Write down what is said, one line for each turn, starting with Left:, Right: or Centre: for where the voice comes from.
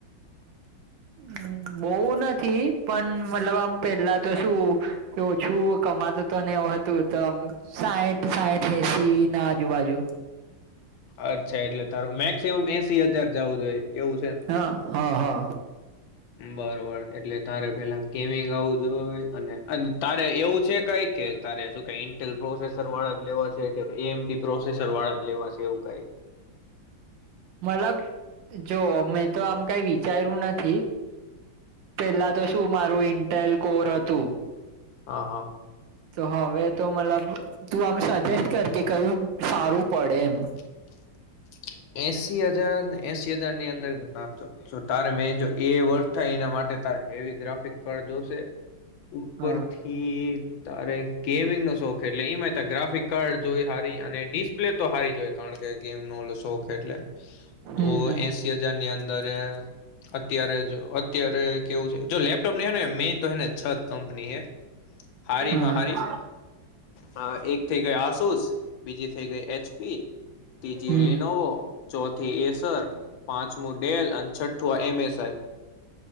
Left: <inaudible>
Right: હ બો નથી પણ મતલબ આમ પેલા તો શું કે ઓછું કમા <unintelligible> તો આમ સાઈઠ સાઈઠ એસી ના આજુબાજુ
Left: અચ્છા એટલે તારું મેક્સિમમ એસી હજાર જવું જોઈએ એવું છે, ને
Right: હા હા હા
Left: બરોબર એટલે તારે પેલા કેમ ગાવું જોઈએ. અને અને તારે એવું છે, કંઈ કે તારે શું ક ઇન્ટેલ પ્રોસેસ વાળા જ લેવા છે, કે એમડી પ્રોસેસર વાળા જ લેવા છે એવું કંઈ
Right: મતલબ જો મેં તો આમ કઈ વિચાર્યું નથી. પેલા તો શું મારું ઇન્ટલ કોર હતું.
Left: હા હા
Right: તો હવે તો મતલબ તું આમ સજેસ્ટ કર કે કયું સારું પડે એમ
Left: <unintelligible> <inaudible> એસી હજાર ને એસી હજાર ની અંદરણો તારે મેન જો એ વર્ક થાય, એના માટે એવી ગ્રાફિક કાર્ડ જોશે. ઉપરથી
Right: હા
Left: તારે ગેમિંગ ન શોખ એટલે એમાં ગ્રાફિક કાર્ડ જોઈએ. અને ડિસ્પ્લે તો હારી જ હોય. કારણ કે ગેમ નો ઓ શોખ એટલે તો
Right: હમ હમ
Left: એસી હજાર ની અંદર અત્યારે જ અત્યારે કેવું છે, જો લેપટોપ હે ને મેન તો હે ને છત કંપની હારી
Right: હા
Left: માં હારી હા એક થઇ ગઈ આસુસ બીજી થઇ ગઈ એચપી ત્રીજી
Right: હમ
Left: લિનોવો ચોથી થી એસર પાંચમું ડેલ અને છઠ્ઠુ એમએસઆઈ